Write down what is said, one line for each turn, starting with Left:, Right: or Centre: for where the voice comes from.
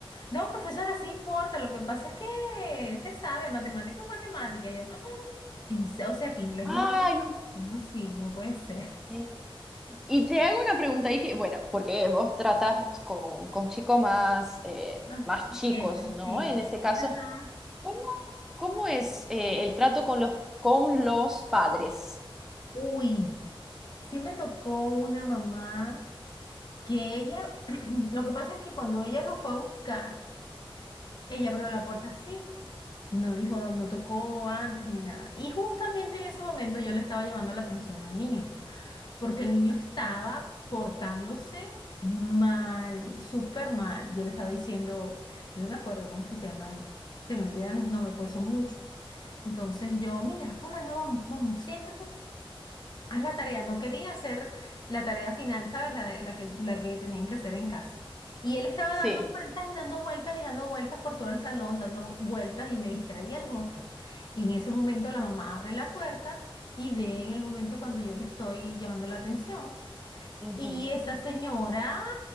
Left: No, profesora, sí importa, lo que pasa es que usted sabe, matemática es matemática, y yo, "Ah, en se- o sea, que inglés
Centre: Ay,
Left: no vale,
Centre: no
Left: ¿cómo así? No puede ser.
Centre: Es- Y te hago una pregunta ahí que, bueno, porque vos tratas con, con chicos más, eh,
Left: Más
Centre: más
Left: pequeños,
Centre: chicos, ¿no?
Left: sí.
Centre: En ese caso,
Left: Ajá.
Centre: ¿cómo, cómo es eh, el trato con los, con los padres?
Left: Uy, sí me tocó una mamá que ella, <clears throat> lo que pasa es que cuando ella lo fue a buscar, ella abrió la puerta así, no dijo, no tocó antes ni nada. Y justamente en ese momento yo le estaba llamando la atención al niño, porque el niño estaba portándose mal, súper mal. Yo le estaba diciendo, yo no me acuerdo cómo es que se llama él, se me olvidan los nombres, porque son muchos. Entonces yo, mira, fulano, vamos, vamos, siéntate. Haz la tarea, no quería hacer la tarea final, ¿sabes? La, de, la que, la que tenían que hacer en casa. Y él estaba
Centre: Sí.
Left: dando vueltas y dando vueltas y dando vueltas por todo el salón, dando vueltas y me distraía a los otros. Y en ese momento la mamá abre la puerta y ve en el momento cuando yo le estoy llamando la atención.
Centre: Ujú.
Left: Y esa señora